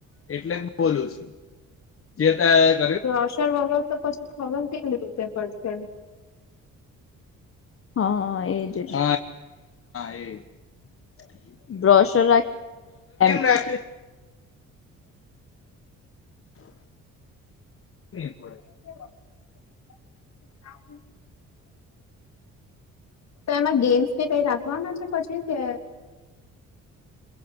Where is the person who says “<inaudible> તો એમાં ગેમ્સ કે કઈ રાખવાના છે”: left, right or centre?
Left